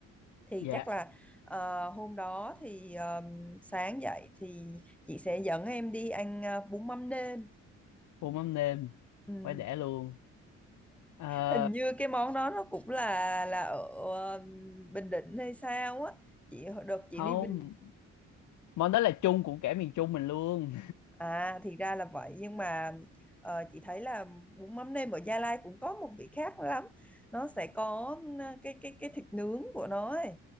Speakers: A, in the centre; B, on the left.
A: thì
B: dạ
A: chắc là ờ, hôm đó thì ờ, sáng dậy thì chị sẽ dẫn em đi ăn ờ, bún mắm nêm
B: phô mắm nêm
A: ừ.
B: phải để luôn Ờ,
A: hình như cái món đó nó cũng là là ở ờ, Bình Định hay sao á chị đợt chị
B: không
A: đi Bình
B: món đó là chung của cả miền Trung mình luôn
A: À thì ra là vậy nhưng mà ờ, chị thấy là bún mắm nêm ở Gia Lai cũng có một vị khác lắm. Nó sẽ có ừ, cái cái cái thịt nướng của nó ấy.